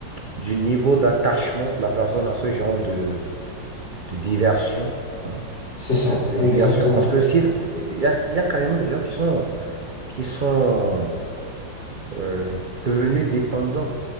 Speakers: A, on the right (about 85°); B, on the left (about 35°).
A: du niveau d'attachement de la personne à ce genre de, de diversion, hein,
B: C'est ça,
A: de, de
B: exactement.
A: diversion. Parce que s'il il y a, il y a carrément des gens qui sont, qui sont euh, devenus dépendants